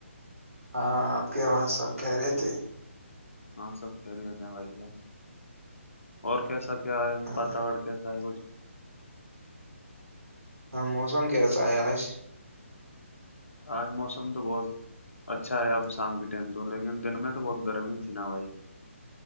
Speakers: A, on the right (about 80°); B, on the left (about 70°).
A: ہاں آپ کے وہاں سب کہہ رہے تھے
B: ہاں سب پری ہےتے ہیں بھائی اور کیسا کیا ہے
A: ہاں
B: پاتاور کیسا ہے کچھ
A: ہاں موسم کیسا ہے آج
B: آج موسم تو بہت اچھا ہے اب شام کے ٹائم تو لیکن دن میں تو بہت گرمی تھی نا بھائی